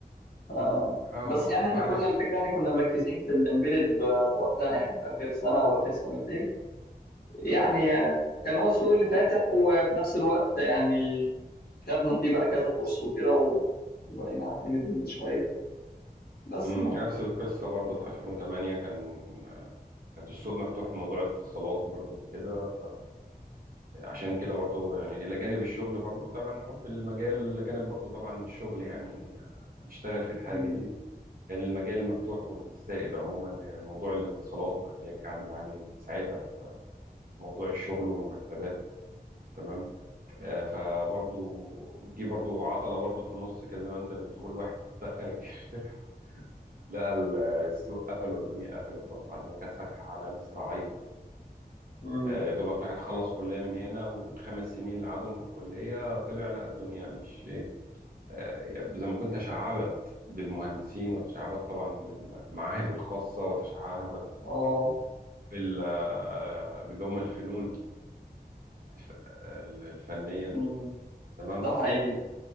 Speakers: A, on the left; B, on the right.
A: آه،
B: آه،
A: بس يعني احنا
B: معلش
A: كنا الفكرة يعني كنا مركزين في الامبيدد وقتها يعني في آخر سنة أو آخر سنتين يعني
B: مم.
A: آه، كان هو السوق اللي فاتح وفي نفس الوقت يعني خدنا فيه بقى كذا كورس وكده و- وبقينا عارفين الدنيا شوية بس
B: مم.
A: يعني
B: نفس القصه برضه في 2008 كان كانت السوق مفتوح في موضوع الاتصالات برضه وكده عشان كده برضو يعني إلى جانب الشغل برضو طبعا حب المجال إلى جانب برضو طبعا الشغل يعني هنشتغل في الحاجة
A: مم.
B: دي كان المجال مفتوح والسائد عموما موضوع الاتصالات وكانت هي الكعب العالي ساعتها في موضوع الشغل والمرتبات تمام آه، فبرضو جه برضو عطلة برضو في النص كده زي ما انت بتقول واحد دخل الجيش طلع <laughs> لقى السوق قفل والدنيا قفلت برضو بعد ما كانت فاتحة على مصراعيها
A: مم.
B: آه، يا دوبك الواحد خلص كلية من هنا والخمس سنين اللي قعدهم في الكلية طلع لا الدنيا مش إيه. آه، زي ما كنت تشعبت بالمهندسين وتشعبت طبعا بالمعاهد الخاصة وتشعبت
A: اه
B: بال آه، باللي هم الفنون الف- آه، الفنية
A: مم.
B: تمام
A: ده حقيقي يعني.